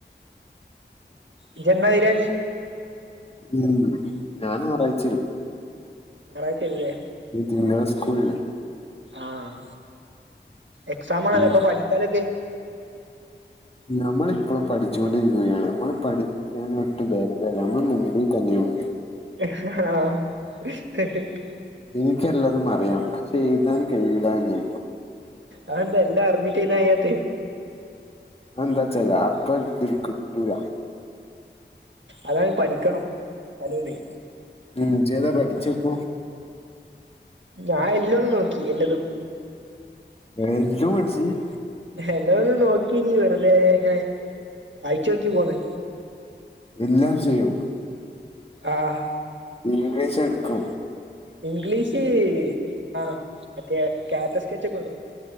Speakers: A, on the right; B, on the left.
A: ഇജ്ജ് ന്നാ വരാന്നി
B: ഉം ഞാൻന്നറായിച്ചരും
A: ഞറാഴ്ചവരൂലേ
B: ഇന്ന് തിങ്കളാ സ്കൂളില്ലേ.
A: ആഹ് എക്സാമാണല്ലോ.
B: ഉം.
A: അപ്പൊ പഠിക്കാനൊക്കെ?
B: നമ്മളിപ്പോഴും പഠിച്ചുൊണ്ടിരിക്കുകയാണ് നമ്മൾ പ ഞാൻ ഒട്ടും ബാക്കിലല്ല നമ്മൾ മുൻപിൽ തന്നെയുണ്ട്
A: ആഹ
B: എനിക്കല്ലതും അറിയാം പക്ഷെ എഴുതാൻ കഴിയുല്ലാന്ന്
A: അതെന്താ എല്ലാ അറിഞ്ഞിട്ട് ചെയ്യത്ത്
B: എന്താച്ചല്ല അപ്പ ഇതി കിട്ടൂല
A: അതാണ് പഠിക്കണം തലീന്ന്
B: ഉം ജേതാ പഠിച്ച ഇപ്പ
A: ഞാൻ എല്ലാം നോക്കി എന്റെതും
B: <unintelligible>
A: എല്ലാ ഒന്ന് നോക്കി വെറുതെ ഇങ്ങനെ വായിച്ചു നോക്കി പോന്ന്
B: എല്ലാം ചെയ്യൂ
A: ആഹ്
B: ഇംഗ്ലീഷ് എടുക്കും
A: ഇംഗ്ലീഷ് ആ മറ്റേ കാറ്റ സ്കെച്ച് ഒക്കെന്നോ